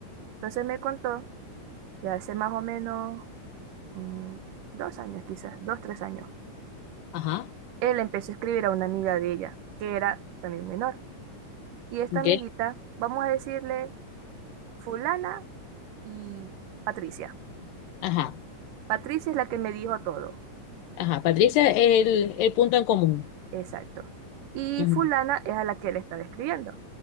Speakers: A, on the right; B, on the left.
A: Entonces me contó que hace más o menos mm, dos años, quizás, dos, tres años,
B: Ajá.
A: él empezó a escribir a una amiga de ella, que era también menor. Y esta
B: Ok.
A: amiguita, vamos a decirle fulana y Patricia.
B: Ajá.
A: Patricia es la que me dijo todo.
B: Ajá. Patricia es el, el punto en común.
A: Exacto. Y
B: Ujú.
A: fulana es a la que él estaba escribiendo.